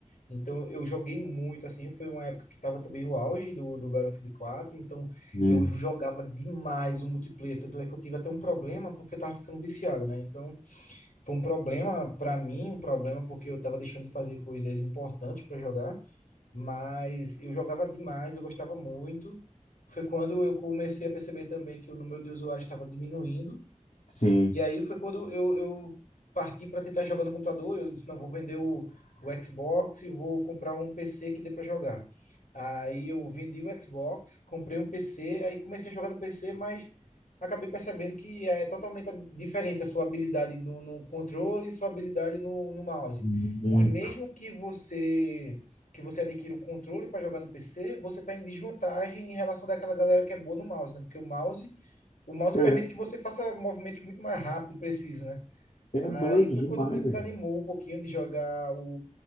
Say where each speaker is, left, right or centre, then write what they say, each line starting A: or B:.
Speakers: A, on the left; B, on the left.
A: Então eu joguei muito assim, foi uma época que tava também o auge do, do Battlefield quatro. então
B: Sim,
A: eu jogava demais o multiplayer, tanto é que eu tive até um problema porque eu tava ficando viciado, né? Então foi um problema para mim, um problema porque eu tava deixando de fazer coisas importantes para jogar mas eu jogava demais, eu gostava muito. Foi quando eu comecei a perceber também que o número de usuários estava diminuindo.
B: sim.
A: E aí foi quando eu, eu parti para tentar jogar no computador. Eu disse, não, vou vender o, o Xbox e vou comprar um PC que dê para jogar. Aí eu vendi o Xbox, comprei um PC, aí comecei a jogar no PC, mas acabei percebendo que é totalmente diferente a sua habilidade no, no controle e sua habilidade no, no mouse.
B: Muito.
A: E mesmo que você que você adquira um controle para jogar no PC, você está em desvantagem em relação daquela galera que é boa no mouse, né? Porque o mouse, o mouse
B: É,
A: permite que você faça movimentos muito mais rápido e preciso, né?
B: é doido
A: Aí foi
B: demais,
A: quando me desanimou
B: velho.
A: um pouquinho de jogar o,